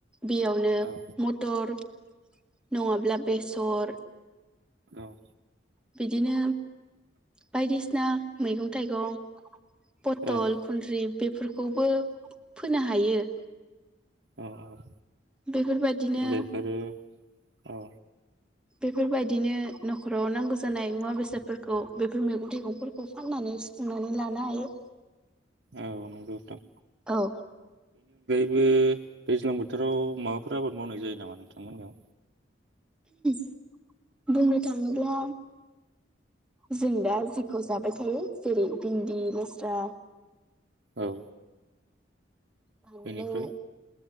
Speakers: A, in the centre; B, on the right.
A: बेयावनो
B: औ
A: मटर नङाब्ला बेसर
B: औ।
A: बिदिनो बायदिसिना मैगं थाइगं फथल
B: औ
A: खुन्द्रि बेफोरखौबो फोनो हायो ।
B: औ औ।
A: बेफोरबायदिनो
B: बेफोरो औ।
A: बेफोरबायदिनो न'खराव नांगौ जानाय मुवा बेसादफोरखौ बेफोर मैगं थाइगंफोरखौ फाननानै सुफुंनानै लानो हायो।
B: औ नोंगौ नोंथां।
A: औ।
B: बे दैज्लां बोथोराव माबाफोर आबाद मावनाय जायो नामा नोंथांमोननियाव?
A: <inaudible> बुंनो थाङोब्ला जों दा जिखौ जाबाय थायो जेरै भिन्दि लेस्रा
B: औ।
A: बानलौ।
B: बेनिफ्राय